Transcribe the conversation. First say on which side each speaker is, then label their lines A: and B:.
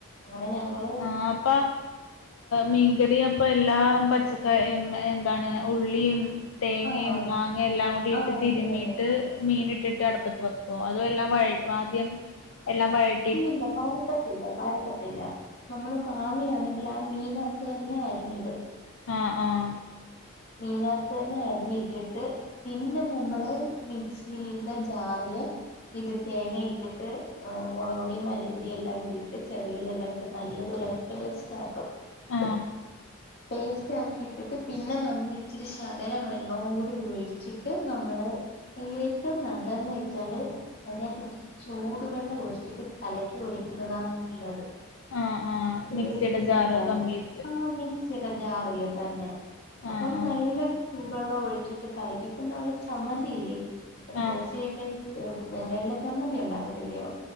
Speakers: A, on the left (about 50°); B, on the left (about 75°).
A: അങ്ങനെ ഞങ്ങള്
B: ആഹ് അപ്പ മീൻകറി അപ്പൊ എല്ലാ പച്ചക്ക എന്താണ് ഉള്ളിയും തേങ്ങയും
A: ആഹ്
B: മാങ്ങ എല്ലാം കൂടി
A: ആഹ്
B: ഇട്ട് തിരുമ്മീയിട്ട്
A: തേങ്ങ
B: മീൻ ഇട്ടിട്ട് ട്ട് അട്പ്പത്ത് വെക്കും അതുവല്ല വഴ ആദ്യം എല്ലാം വഴറ്റ്
A: ഇല്ലല്ല ഭാരത റ്റത്തില്ല വരട്ടത്തില്ല നമ്മള് മാങ്ങയാണെങ്കില് ആ മീനാത്ത് തന്നെ അരിഞ്ഞിടും
B: ആഹ് ആഹ്
A: മീനാത്ത് തന്നെ അരിഞ്ഞിട്ടിട്ട് പിന്നെ നമ്മള് മിക്സിടെ ജാറില് ഇത് തേങ്ങ ഇട്ടിട്ട് മുളക്പൊടി മല്ലിപ്പൊടിയല്ലാം കൂടിട്ട് ചെറിയുള്ളി എല്ലാം ഇട്ട് നല്ലതുപോല പേസ്റ്റാക്കും
B: ആഹ്
A: പേസ്റ്റ് ആക്കിട്ടിട്ട് പിന്നെ നമ്മ ഇച്ചിരി ശകലം വെള്ളവും കൂടി ഒഴിച്ചിട്ട് നമ്മള്. ഏറ്റവും നല്ലന്ന് വച്ചാല് അതിനാത്തിച്ചി ചൂടുവെള്ളം ഒഴിച്ചിട്ട് കലക്കി ഒഴിക്കുന്നതാണ് നല്ലത്
B: ആഹ് ആഹ്
A: ടേസ്റ്റ്
B: മിക്സിയുടെ
A: കൂടാന്
B: ജാറ് കംപ്ലീറ്റ്
A: അ മിക്സിടെ ജാറില് തന്നെ അപ്പം
B: ആഹ് ആഹ്
A: നല്ല ചൂടു വെള്ളം ഒഴിച്ചിട്ട് കലക്കി ഇപ്പൊ നമ്മളെ ചമ്മന്തിയില്ലേ ദോശയൊക്കെ
B: ആഹ്
A: വെള്ള ചമ്മന്തി ഉണ്ടാക്കത്തില്ലയോ